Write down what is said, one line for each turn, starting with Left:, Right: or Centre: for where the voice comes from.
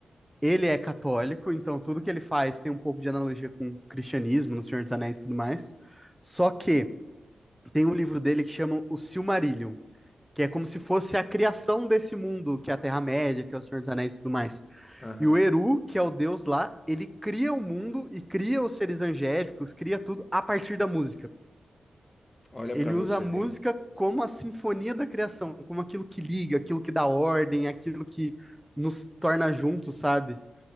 Centre: ele é católico, então tudo que ele faz tem um pouco de analogia com o cristianismo, no Senhor dos Anéis e tudo mais. Só que tem um livro dele que chama O Silmarillion, que é como se fosse a criação desse mundo, que é a Terra-média, que é o Senhor dos Anéis e tudo mais.
Left: Aham.
Centre: E o Eru, que é o deus lá, ele cria o mundo e cria os seres angélicos, cria tudo a partir da música.
Left: Olha
Centre: Ele
Left: para você
Centre: usa a música
Left: ver.
Centre: como a sinfonia da criação, como aquilo que liga, aquilo que dá ordem, aquilo que nos torna juntos, sabe?